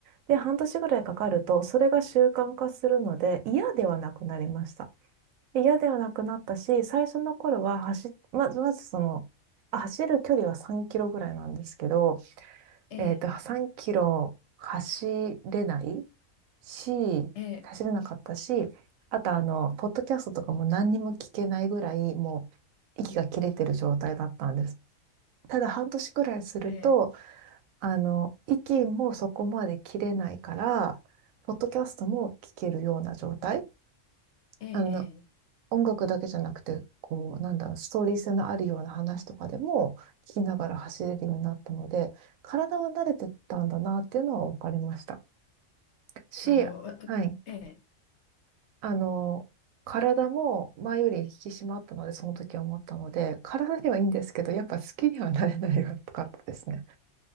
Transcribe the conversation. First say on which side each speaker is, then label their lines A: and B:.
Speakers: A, on the right; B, on the left.
A: で、半年ぐらいかかると、それが習慣化するので、嫌ではなくなりました。で嫌ではなくなったし、最初の頃は走っ、まず、まずその、あ走る距離は3キロぐらいなんですけど、
B: ええ、
A: えっと、3キロ走れないし、
B: ええ、
A: 走れなかったし、あとあの、ポッドキャストとかも何にも聞けないぐらい、もう息が切れてる状態だったんです。ただ半年くらいすると、
B: ええ、
A: あの、息もそこまで切れないから、ポッドキャストも聞けるような状態。
B: ええ、
A: あの、
B: ええ
A: 音楽だけじゃなくて、こう、なんだろう、ストーリー性のあるような話とかでも聞きながら走れるようになったので、体は慣れてたんだなっていうのは分かりました。し、
B: あの、わええ、
A: はい。あの、体も前より引き締まったので、その時は思ったので、体にはいいんですけど、やっぱ好きにはなれないかったですね。